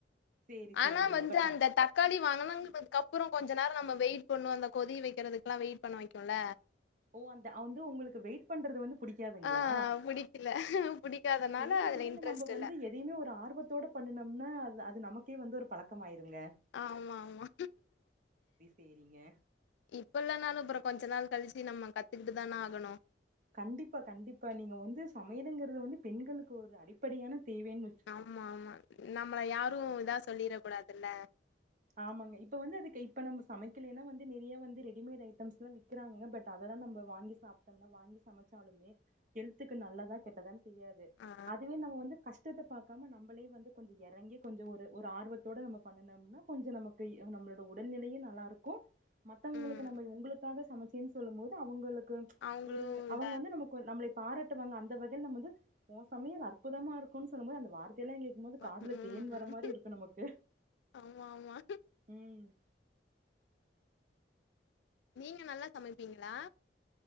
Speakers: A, on the right; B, on the left.
A: சேரி
B: ஆனா
A: சேரிங்க
B: வந்து
A: பட்
B: அந்த தக் தக்காளி வனங்குனதுக் அப்புறொ கொஞ்ச நேரொ நம்ம வெயிட் பண்ணு அந்த கொதி வைக்கிறதுக்கெல்லா வெயிட் பண்ண வெக்குல்ல
A: ஓ அந்த அந்து உங்களுக்கு வெயிட் க் பண்றது வந்து புடிக்காதுங்ளா
B: ஆ புடிக்கல புடிக்காதனால
A: சேரி
B: அதுல
A: உடுங்க
B: இன்ட்ரெஸ்ட்
A: நம்ப வந்து
B: இல்ல
A: எ தையுமே ஒரு ஆர்வத்தோட பண்ணுனம்னா அது அது நமக்கே வந்து ஒரு பழக்கம் ஆயிருங்க
B: ஆமா ஆமா
A: சேரிங்க
B: இப்ப இல்லனாலு அப்புறொ கொஞ்ச நாள் கழிச்சு நம்ம கத்துக்கிட்டு தான ஆகணு
A: கண்டிப்பா கண்டிப்பா நீங்க வந்து சமையலுங்கறது வந்து பெண்களுக்கு ஒரு அடிப்படையான தேவேன்னு
B: ஆமா ஆமா நம்மள யாரு இதா சொல்லிற கூடாதுல்ல
A: ஆமாங்க இப்ப வந்து அதுக்கு இப்ப நம்ப சமெக்கலேன்னா வந்து நெறைய வந்து ரெடிமேடு ஐட்டம்ஸ் லா விக் விக்கிரானுங்க பட் அதெல்லா நம்ப வாங்கி சாப்ட்டம்னா வாங்கி சமச்சாலுமே ஹெல்த்துக்கு நல்லதா கெட்டதான் தெரியாது
B: ஆ
A: அதுவு நம்ம வந்து கஸ்ட் ட்டத பாக்காம நம்பளே வந்து கொஞ்சொ எறங்கி கொஞ்சொ ஒரு ஒரு ஆர்வத்தோடு நம்ம பண்ணுனம்னா கொஞ்ச நமக்கு நம்மளோட உடல்நிலையு நல்லா இருக்கூ மத்தவங்களுக்கு
B: ம்
A: நம்ம உங்களுக்காக சமைச் ச்சின் சொல்லும் போது அவுங்களுக்கு
B: அவங்களு
A: ஒரு
B: இதா
A: அவங்க வந்து நமக்கு நம்மளே பாராட்டுவாங்க அந்த வகைல்ல நம்ம வந்து ஒ சமையல் அற்புதமா இருக்கூன் சொல்லும்போது அந்த வார்த்தையில கேக் ம்போது
B: இருப்பாங்க.
A: காதுல
B: ம்
A: தேன் வர மாரி இருக்கு நமக்கு
B: ஆமா ஆமா
A: ம்
B: நீங்க நல்லா சமைப்பீங்களா